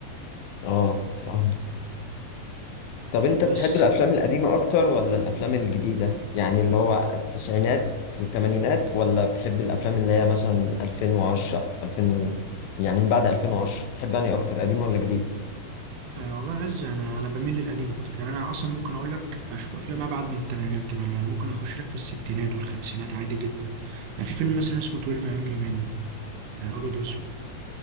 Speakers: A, on the left; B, on the right.
A: اه فاهم طب أنت
B: بس
A: بتحب الأفلام القديمة أكتر ولا الأفلام الجديدة؟ يعني اللي هو التسعينات والتمانينات ولا بتحب الأفلام اللي هي مثلا 2010 2000 و... يعني من بعد 2010 بتحب أنهي أكتر قديم ولا جديد؟
B: آه والله يا عز انا انا بميل للقديم اكتر يعني انا اصلا ممكن اقول لك اشوف افلام ابعد من الثمانينات كمان يعني ممكن اخش لك في الستينات والخمسينات عادي جدا يعني في فيلم مثلا اسمه 12 انجري مان ابيض واسود